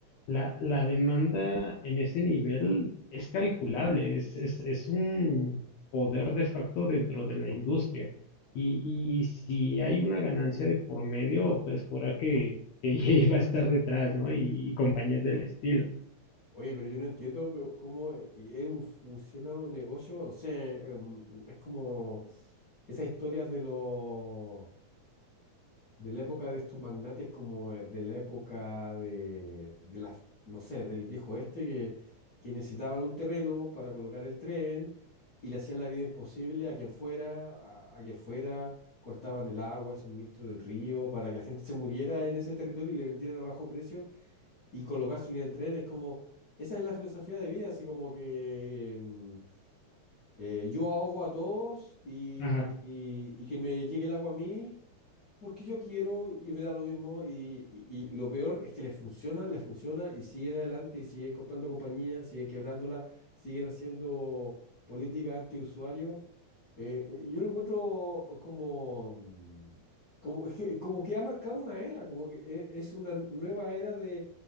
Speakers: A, on the left; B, on the left.
A: la, la demanda en ese nivel es calculable, es, es, es un poder de facto dentro de la industria. Y, y si hay una ganancia de por medio, pues jura que, que <laughs> EA va a estar detrás, ¿no? Y, y compañías del estilo.
B: Oye, pero yo no entiendo co- cómo eh, eh, es un, funciona un negocio, no sé, em, es como esas historias de los de la época de estos magnates, como eh, de la época de, de las, no sé, del viejo oeste, que, que necesitaban un terreno para colocar el tren y le hacían la vida imposible a quien fuera, a, a quien fuera, cortaban el agua, el suministro del río, para que la gente se muriera en ese territorio y le vendieran a bajo precio y colocar su unidad del tren. Es como, esa es la filosofía de vida, así como que mm, eh, yo ahogo a todos y,
A: Ajá.
B: y y que me llegue el agua a mí porque yo quiero y me da lo mismo y, y- y lo peor es que les funciona, les funciona y siguen adelante y siguen comprando compañías, siguen quebrándola, siguen haciendo política antiusuario. Eh, eh, yo lo encuentro como, mm, como, es que, es como que ha marcado una era, como que e- es una nueva era de,